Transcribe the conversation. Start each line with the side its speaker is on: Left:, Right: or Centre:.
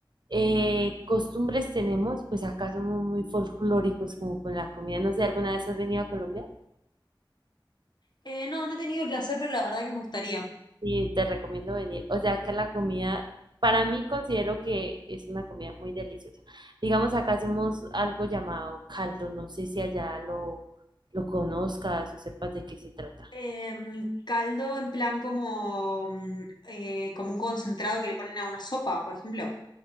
Right: eh, costumbres tenemos, pues acá somos muy folclóricos como con la comida. No sé, ¿alguna vez has venido a Colombia?
Left: Eh, no, no he tenido el placer, pero la verdad que me gustaría.
Right: Y te recomiendo venir. O sea, acá la comida, para mí considero que es una comida muy deliciosa. Digamos, acá hacemos algo llamado caldo, no sé si allá lo, lo conozcas o sepas de qué se trata.
Left: Em, caldo en plan como, mm, eh, como un concentrado que le ponen a una sopa, por ejemplo,